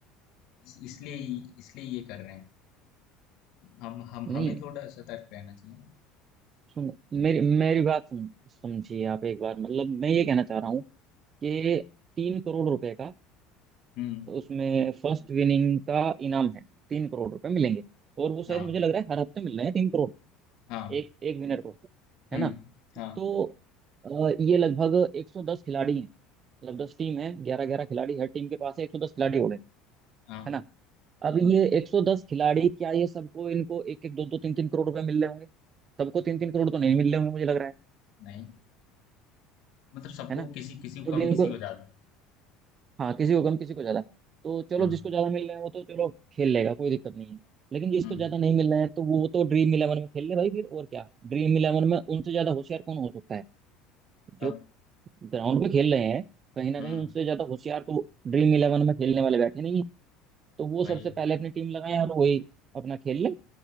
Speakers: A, on the left; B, on the right.
A: इस, इसलिए इसलिए ये कर रहे हैं हम हम
B: नहीं
A: हमें थोड़ा सतर्क रहना चाहिए ना
B: सुन मेरी मेरी बात सुन समझिए आप एक बार मतलब मैं ये कहना चाह रहा हूँ कि तीन करोड़ रुपए का
A: हम्म
B: उसमें फर्स्ट विनिंग का इनाम है तीन करोड़ रुपए मिलेंगे और वो शायद
A: हाँ
B: मुझे लग रहा है हर हफ्ते मिल रहे हैं तीन करोड़
A: हाँ
B: एक एक विनर को
A: हम्म
B: है ना
A: हाँ
B: तो अ, ये लगभग एक सौ दस खिलाड़ी हैं मतलब दस टीम है ग्यारह ग्यारह खिलाड़ी हर टीम के पास है एक सौ दस खिलाड़ी हो गए
A: हाँ
B: है ना अब ये एक सौ दस खिलाड़ी क्या ये सबको इनको एक एक दो दो तीन तीन करोड़ रुपए मिल रहे होंगे सबको तीन तीन करोड़ तो नहीं मिल रहे होंगे मुझे लग रहा है
A: नहीं मतलब सबको
B: है ना
A: किसी किसी को
B: तो
A: कम
B: जिनको
A: किसी को ज्यादा
B: हाँ किसी को कम किसी को ज्यादा तो चलो
A: हम्म
B: जिसको ज्यादा मिल रहे हैं वो तो चलो खेल लेगा कोई दिक्कत नहीं है लेकिन जिसको
A: हम्म
B: ज्यादा नहीं मिल रहा है तो वो तो ड्रीम इलेवन में खेल ले भाई फिर और क्या ड्रीम इलेवन में उनसे ज्यादा होशियार कौन हो सकता है जो
A: तब
B: ग्राउंड पे खेल रहे हैं कहीं ना
A: हम्म
B: कहीं उनसे ज्यादा होशियार तो ड्रीम इलेवन में खेलने वाले बैठे नहीं है तो वो
A: भाई
B: सबसे पहले अपनी टीम लगाए और वही अपना खेल ले